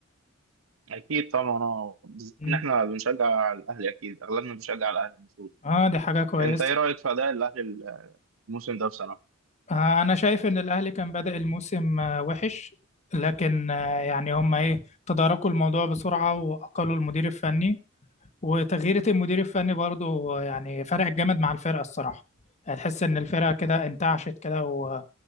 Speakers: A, on the right; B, on the left.
A: اكيد طبعا اه بالذات
B: مم.
A: ان احنا بنشجع الاهلي اكيد اغلبنا بنشجع الاهلي المفروض
B: اه دي حاجة كويسة
A: انت ايه رايك في اداء الاهلي ال- الموسم ده بصراحه
B: آه، انا شايف ان الاهلي كان بادئ الموسم آه، وحش لكن آه، يعني هم ايه تداركوا الموضوع بسرعة واقلوا المدير الفني وتغييرة المدير الفني برضو يعني فرقت جامد مع الفرقة الصراحة هتحس إن الفرقة كده انتعشت كده و...